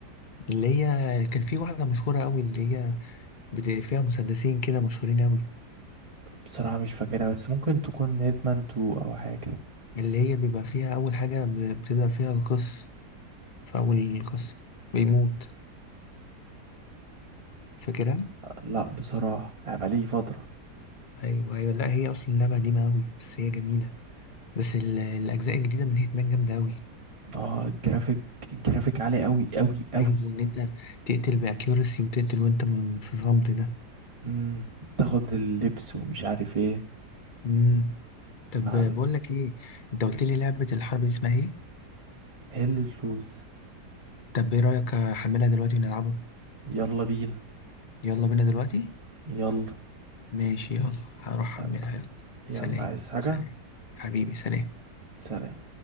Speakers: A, on the left (about 40°); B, on the right (about 20°).
A: اللي هي كان في واحدة مشهورة اوي اللي هي بت... فيها مسدسين كده مشهورين اوي
B: بصراحة مش فاكرها بس ممكن تكون هيتمان 2 أو حاجة
A: اللي هي بيبقى فيها اول حاجة ب- بتبدأ فيها القصة في أول قصة بيموت فاكرها؟
B: لأ بصراحة يعني بقالي فترة
A: أيوه أيوه لا هي أصلا لعبة قديمة أوي بس هي جميلة بس ال- الأجزاء الجديدة من هيتمان جامدة أوي
B: اه الجرافيك الجرافيك عالي أوي أوي أوي
A: أيوه إن أنت تقتل بأكيورسي وتقتل وأنت م- في صمت ده
B: امم تاخد اللبس ومش عارف ايه
A: مم. طب
B: على
A: بقول لك إيه أنت قلت لي لعبة الحرب دي اسمها إيه؟
B: هل اللوز
A: طب إيه رأيك أحملها دلوقتي ونلعبه؟
B: يلا بينا
A: يلا بينا دلوقتي؟
B: يلا
A: ماشي يلا هروح
B: يلا
A: أحملها يلا
B: يلا
A: سلام
B: عايز حاجة
A: سلام حبيبي سلام
B: سلام